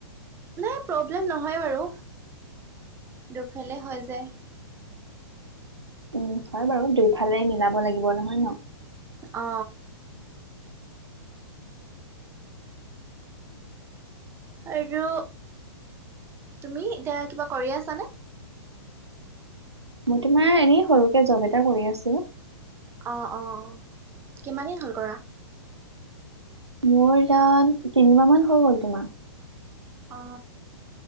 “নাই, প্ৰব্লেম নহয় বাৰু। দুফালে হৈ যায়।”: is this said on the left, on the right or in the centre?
Right